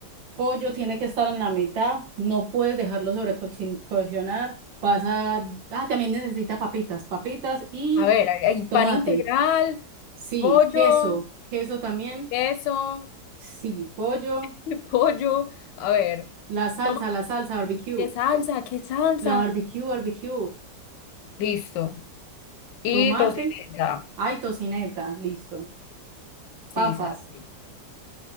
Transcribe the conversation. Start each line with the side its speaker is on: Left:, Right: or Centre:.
Right: pollo tiene que estar en la mitad, no puedes dejarlo sobrecocinar. Vas a... Ah, también necesita papitas, papitas y
Left: A ver, hay hay pan
Right: tomate.
Left: integral,
Right: Sí,
Left: pollo,
Right: queso, queso también.
Left: queso,
Right: Sí, pollo,
Left: <laughs> pollo. A ver,
Right: la salsa,
Left: toma,
Right: la salsa barbecue,
Left: ¿qué salsa? ¿Qué salsa?
Right: la barbecue, barbecue,
Left: Listo. Y
Right: tomate,
Left: tocineta.
Right: ay, tocineta, listo.
Left: Sí,
Right: Papas,
Left: sí.